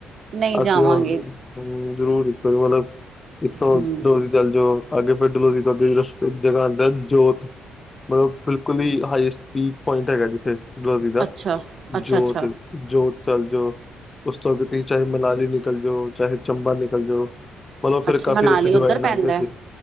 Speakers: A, on the right; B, on the left.
A: ਨਹੀਂ ਜਾਵਾਂਗੇ
B: ਅਸੀਂ ਹ ਜਰੂਰ, ਇੱਕੋ ਮਤ <unintelligible> ਇੱਥੋਂ
A: ਹਮ
B: ਡਲਹੋਜੀ ਚੱਲ ਜਾਓ, ਅੱਗੇ ਫਿਰ ਡਲਹੋਜੀ ਤੋਂ ਅੱਗੇ ਰਸਤੇ ਚ' ਜਗ੍ਹਾ ਆਉਂਦਾ ਜੋਤ ਓਹ ਬਿਲਕੁਲ ਹੀ, ਹਾਈਐਸਟ ਪੀਕ ਪੁਆਇੰਟ ਹੈਗਾ ਜਿੱਥੇ, ਡਲਹੌਜੀ ਦਾ,
A: ਅੱਛਾ ਅੱਛਾ
B: ਜੋਤ।
A: ਅੱਛਾ
B: ਜੋਤ ਚੱਲ ਜੋਓ, ਉਸ ਤੋਂ ਅੱਗੇ ਤੁਸੀਂ ਚਾਹੇ ਮਨਾਲੀ ਨਿਕਲ ਜਾਓ, ਚਾਹੇ ਚੰਬਾ ਨਿਕਲ ਜਾਓ। ਮਲਬ ਫੇਰ
A: ਅੱਛਾ
B: ਕਾਫੀ
A: ਮਨਾਲੀ
B: ਰਸਤੇ <unintelligible>
A: ਉੱਧਰ ਪੈਂਦਾ
B: ਹੈਗੇ।